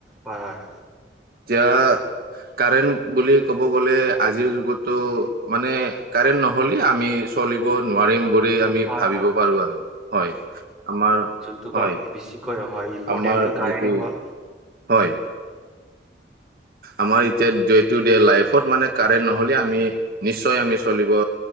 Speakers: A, in the centre; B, on the right.
A: হয় হয়
B: যা কাৰেণ্ট বুলি ক'ব গ'লে আজিৰ যুগতো মানে কাৰেণ্ট নহ'লে আমি চলিব নোৱাৰিম বুলি আমি
A: হয়,
B: ভাবিব
A: হয়, হয়,
B: পাৰো আৰু হয়। আমাৰ
A: তোমাৰ
B: হয়
A: বেছিকৈ হয়, ইম্পৰ্টেনটো
B: আমাৰ
A: কাৰণেই
B: যিটো
A: হ'ল।
B: হয়। আমাৰ এতিয়া ডে টু ডে লাইফত মানে কাৰেণ্ট নহ'লে আমি নিশ্চয় আমি চলিব